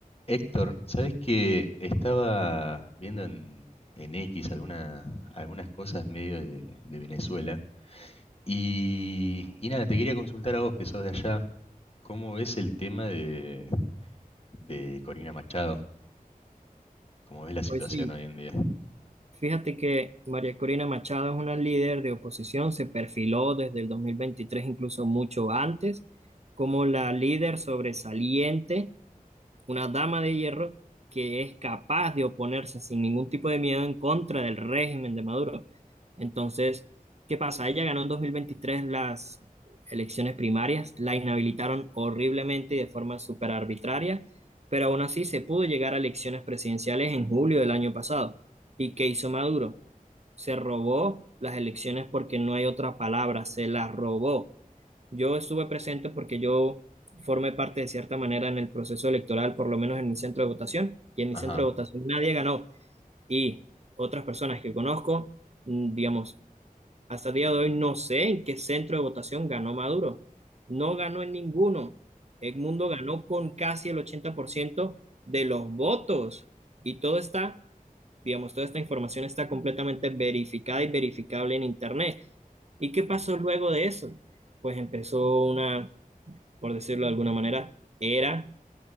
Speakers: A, on the left; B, on the right.
A: Héctor, ¿sabes que estaba viendo en, en X alguna- algunas cosas medio de, de Venezuela? Y, y nada, te quería consultar a vos que sos de allá, ¿cómo ves el tema de, de Corina Machado? ¿Cómo ves la situación
B: Pues sí,
A: hoy en día?
B: fíjate que María Corina Machado es una líder de oposición, se perfiló desde el 2023, incluso mucho antes, como la líder sobresaliente una dama de hierro que es capaz de oponerse sin ningún tipo de miedo en contra del régimen de Maduro. Entonces, ¿qué pasa? Ella ganó en 2023 las elecciones primarias, la inhabilitaron horriblemente y de forma súper arbitraria, pero aún así se pudo llegar a elecciones presidenciales en julio del año pasado. ¿Y qué hizo Maduro? Se robó las elecciones porque no hay otra palabra, se las robó yo estuve presente porque yo formé parte de cierta manera en el proceso electoral, por lo menos en mi centro de votación, y en
A: Ajá,
B: mi centro de votación nadie ganó. Y otras personas que conozco, mm, digamos, hasta el día de hoy no sé en qué centro de votación ganó Maduro. No ganó en ninguno. Edmundo ganó con casi el 80% de los votos. Y todo está, digamos, toda esta información está completamente verificada y verificable en Internet. ¿Y qué pasó luego de eso? Pues empezó una por decirlo de alguna manera, era